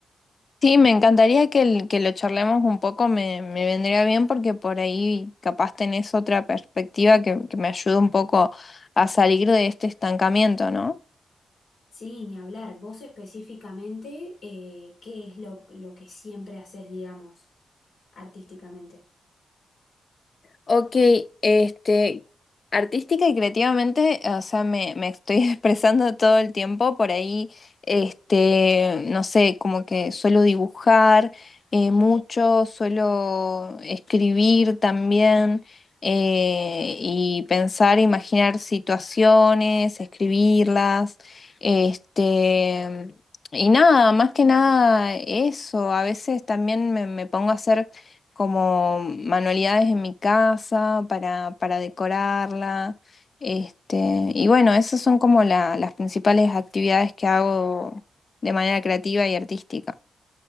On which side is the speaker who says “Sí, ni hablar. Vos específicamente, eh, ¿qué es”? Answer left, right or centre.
Left